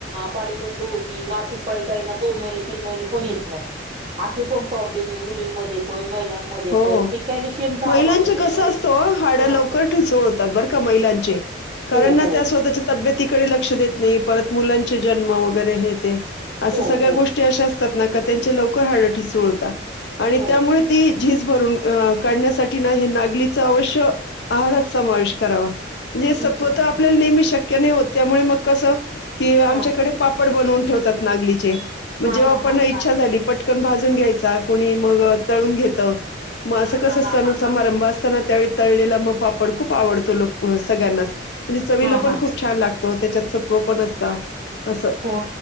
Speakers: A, on the right; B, on the left.
A: पाळी बंद हो मासिक पाळी काही ना दोन महिने. तीन महिने पण येत नाही पण प्र्लेम मुली पण मला
B: हो
A: पण. कॅल्शियमचा
B: महिलांचे
A: अभाव आहे त्याच्यामध्ये
B: कस असत हड
A: हा
B: लवकर ठचळतात बर का महिलां कारण
A: हो हो
B: त्या स्वतः च्या तब्यती लक्ष देत नाही पर मुलां जन्म वगैरे अस
A: हो
B: सगळ्या
A: हो
B: गोष्टी अशा रत्नाआत्याचे लवकर हारटी चोळता आणि
A: हो
B: त्यामुळे ती झीज भरून अ काढण्यासाठी ना हे नागलीचं अवश्य आहारात
A: ह हम्म
B: समावेश करावा. जे सत्वता
A: हम्म हम्म
B: आपल्याला
A: हम्म.
B: नेहमी शक्य नाही होत त्यामुळे मग कसं कि आमच्याकडे
A: हा
B: पापड बनून ठेवतात नागलीचे
A: हा
B: जेव्हा
A: हा
B: पण
A: हा
B: इच्छा
A: हा
B: झाली पट कोण भाजून घ्यायचा कोणी मग तळून घेतं मग अस
A: हा
B: कस
A: हा हा
B: सणसमारंभ
A: हा हा
B: असतांना त्या तळलेला मग पापड खूप आवतो सगळ्यांनाच म्हणजे चवीला
A: हा
B: पण
A: हा
B: खूप छान लागत. हो त्याच्यात सत्व पण असता. असं.
A: हो